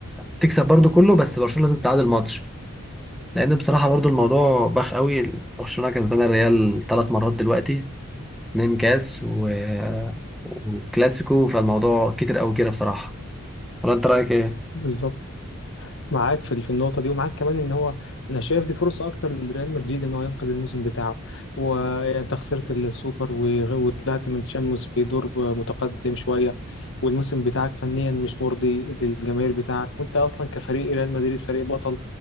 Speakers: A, in the centre; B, on the left.
A: تكسب برضو كله بس برشلونه لازم تتعادل ماتش لان بصراحه برضو الموضوع باخ قوي برشلونه كسبان الريال ثلاث مرات دلوقتي اتنين كاس و... وكلاسيكو فالموضوع كتير قوي كده بصراحه ولا انت رايك ايه
B: بالظبط معاك في في النقطة دي ومعاك كمان ان هو انا شايف دي فرصة اكتر لريال مدريد ان هو ينقذ الموسم بتاعه وانت خسرت السوبر وغ- وطلعت من تشامبيونز في دور متقدم شوية والموسم بتاعك فنيا مش مرضي للجماهير بتاعك وانت اصلا كفريق ريال مدريد فريق بطل